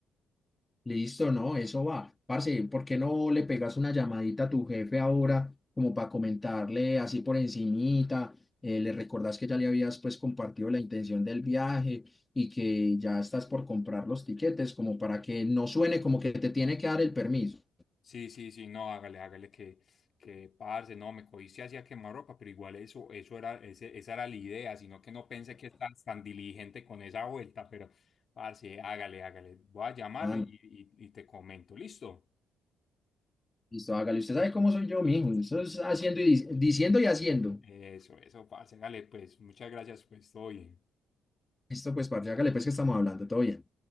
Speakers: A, on the left; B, on the left.
A: Listo, no, eso va. Parce, ¿por qué no le pegas una llamadita a tu jefe ahora como para comentarle así por encimita? Eh, le recordás que ya le habías pues compartido la intención del viaje y que ya estás por comprar los tiquetes como para que no suene como que te tiene que dar el permiso.
B: Sí, sí, sí, no, hágale, hágale que, que parce, no, me cogiste hacia ropa, pero igual eso, eso era, ese, esa era la idea, sino que no pensé que estás tan diligente con esa vuelta, pero parce, hágale, hágale. Voy a llamarlo
A: Ah,
B: y,
A: no.
B: y y te comento, ¿listo?
A: listo, hágale. Usted sabe cómo soy yo, mijo. Eso es haciendo y dic- diciendo y haciendo.
B: Eso, eso, parce, hágale, pues, muchas gracias, pues, todo bien.
A: Listo, pues, parce, hágale pues que estamos hablando. Todo bien.